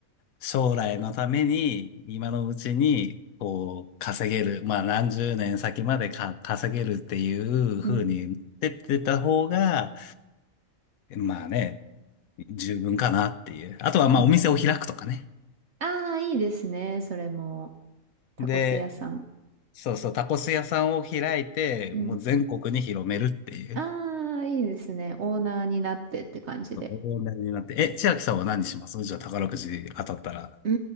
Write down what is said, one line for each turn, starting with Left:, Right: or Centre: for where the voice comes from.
Left: 将来のために、今のうちに、こう、稼げる、まあ何十年先までか稼げるっていう風に持ってってた方が、
Right: うん、
Left: まあね、十分かなっていう。あとはまあお店を開くとかね。
Right: うん。ああ、いいですね。それも、タコス屋さん。
Left: で、そうそう、タコス屋さんを開いて、
Right: うん。
Left: もう全国に広めるっていう。
Right: ああ、いいですね。オーナーになってって感じで。
Left: 大台になって。え、千秋さんは何しますじゃあ宝くじ当たったら。
Right: うー